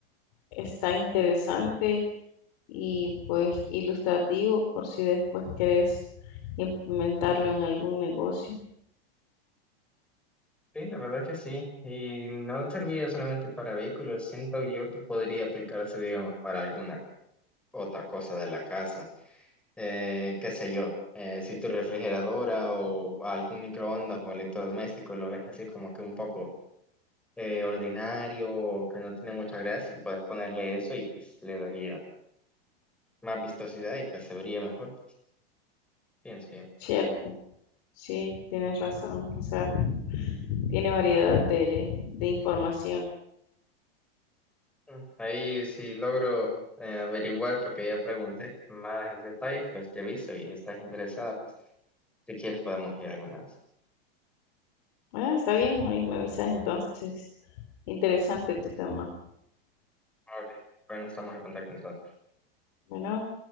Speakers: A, on the left; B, in the centre.
A: está interesante y pues ilustrativo por si después querés implementarlo en algún negocio.
B: Sí, la verdad es que sí. Y no serviría solamente para vehículos, siento yo que podría aplicarse, digamos, para alguna otra cosa de la casa. Eh, qué sé yo, eh, si tu refrigeradora o algún microondas o electrodoméstico lo ves así como que un poco eh, ordinario o que no tiene mucha gracia, puedes ponerle eso y pues le daría más vistosidad y pues se vería mejor, pienso yo.
A: Cierto, sí, tienes razón. O sea, tiene variedad de, de informaciones.
B: Mm, Ahí si logro eh, averiguar, porque ya pregunté más detalles, pues te aviso y estás interesada, pues si quieres podemos ir alguna vez.
A: Ah, está bien, ahí me avisas entonces. Interesante tu tema.
B: Ok, bueno, estamos en contacto entonces.
A: Bueno.